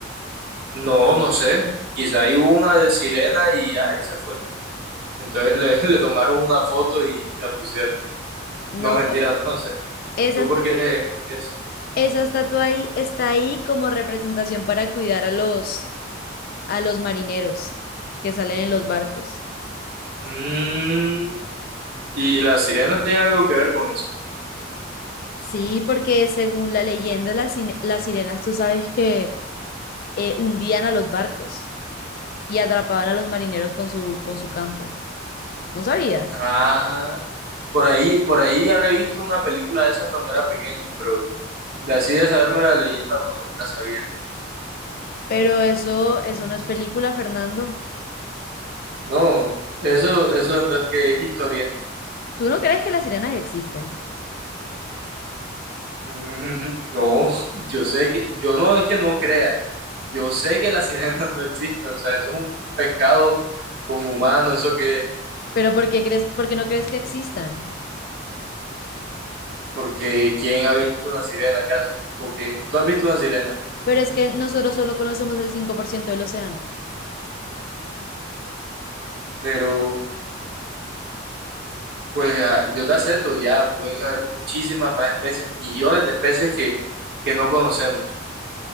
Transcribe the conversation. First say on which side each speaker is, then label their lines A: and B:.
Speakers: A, on the right (about 55°); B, on the left (about 50°).
A: No, no sé. Quizá hay una de sirena y ya, y se fue. Entonces le, <laughs> le tomaron una foto y, y la pusieron.
B: No,
A: No, mentira, no, no sé.
B: esa
A: ¿Tú
B: estatua,
A: por qué? por qué es?
B: esa estatua ahí está ahí como representación para cuidar a los, a los marineros que salen en los barcos.
A: Mm, ¿y las sirenas tienen algo que ver con eso?
B: Sí, porque según la leyenda, las, sine- las sirenas, tú sabes que eh, hundían a los barcos y atrapaban a los marineros con su, con su canto. ¿No sabías?
A: Ah, por ahí, por ahí habré visto una película de esas cuando era pequeño, pero de así de saberme la leyenda no, no me la sabía.
B: Pero eso, eso no es película, Fernando.
A: No, eso, eso entonces que es historia.
B: ¿Tú no crees que las sirenas existen?
A: Mm, No, yo sé que, yo no es que no crea, yo sé que las sirenas <laughs> no existen, o sea, eso es un pescado con humano, eso que,
B: ¿Pero por qué crees, por qué no crees que existan?
A: porque ¿quién ha visto una sirena acaso? ¿O qué? Tú has visto una sirena,
B: Pero es que nosotros solo conocemos el cinco por ciento del océano.
A: pero pues ah, yo te acepto, ya pueden haber muchísimas más especies, millones de especies que, que no conocemos,